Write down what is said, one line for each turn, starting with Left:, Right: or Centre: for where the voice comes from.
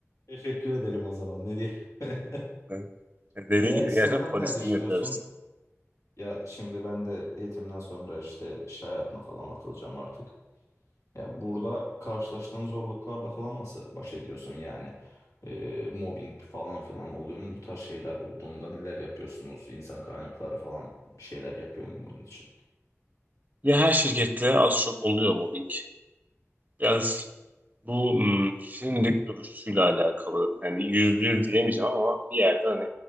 Left: Teşekkür edelim o zaman ne diyelim. <laughs>
Right: Evet. E, Dediğin
Left: Bir açısından
Right: gibi gerçekten polisliğini
Left: ne düşünüyorsun?
Right: yapıyoruz.
Left: Ya şimdi ben de eğitimden sonra işte iş hayatına falan atılacağım artık. Ya burada karşılaştığın zorluklarla falan nasıl baş ediyorsun yani? Ee, mobbing falan filan oluyor mu? Bu tarz şeyler olduğunda neler yapıyorsunuz? İnsan kaynakları falan bir şeyler yapıyor mu bunun için?
Right: Ya her şirkette az çok oluyor mobbing. Biraz bu hmm, kişinin dik duruşuyla alakalı. Yani yüzde yüz diyemeyeceğim ama bir yerde hani